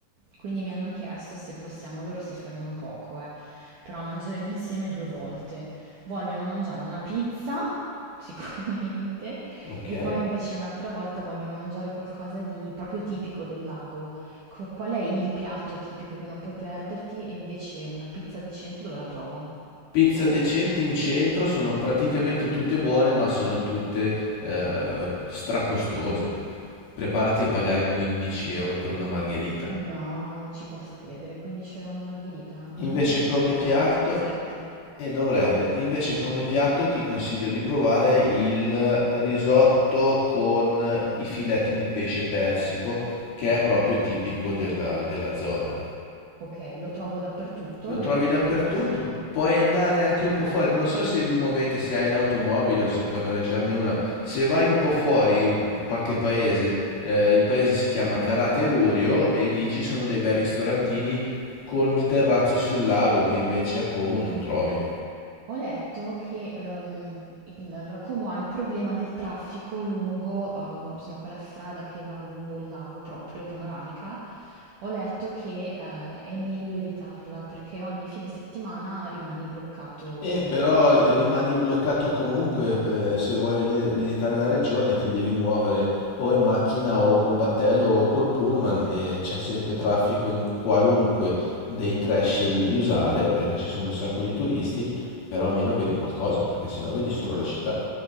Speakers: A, on the right; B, on the left.
A: Quindi mi hanno chiesto se possiamo, loro si fermano poco, eh, però mangeremo insieme due volte. Vogliono mangiare una pizza, <laughs> sicuramente,
B: Ok.
A: e poi invece un'altra volta vogliono mangiare qualcosa di proprio tipico del lago. Co- Qual è il piatto tipico che non puoi perderti? E invece una pizza decente dove la trovo?
B: Pizza decente in centro sono praticamente tutte buone, ma sono tutte eh, stracostose. Preparati a pagare 15 euro per una margherita.
A: No, non ci posso credere. 15 euro una margherita?
B: Invece
A: La margherita
B: come
A: dovrebbe costare
B: piatto,
A: massimo 7.
B: e dovrebbe, invece come piatto ti consiglio di provare il risotto con i filetti di pesce persico, che è proprio tipico della, della zona.
A: Ok, lo trovo dappertutto,
B: Lo
A: devo
B: trovi
A: andare
B: dappertutto.
A: in un posto...
B: Puoi andare anche un po' fuori. Non so se vi muovete, se hai l'automobile o se puoi noleggiarne una. Se vai un po' fuori in qualche paese, eh, il paese si chiama Karate Urio e lì ci sono dei bei ristorantini col terrazzo sul lago che invece a Como non trovi.
A: Ho letto che ehm, il- allora, Como ha il problema del traffico lungo, ehm, insomma, quella strada che va lungo il lago proprio, panoramica. Ho letto che eh, è meglio evitarla perché ogni fine settimana rimani bloccato
B: E però
A: nel traffico.
B: rimani bloccato comunque, eh, se vuoi vede- visitare la regione ti devi muovere o in macchina o col battello o col pullman e c'è sempre
A: Ok,
B: traffico in qualunque dei tre scegli di usare perché ci sono un sacco di turisti, però almeno vedi qualcosa perché sennò vedi solo la città.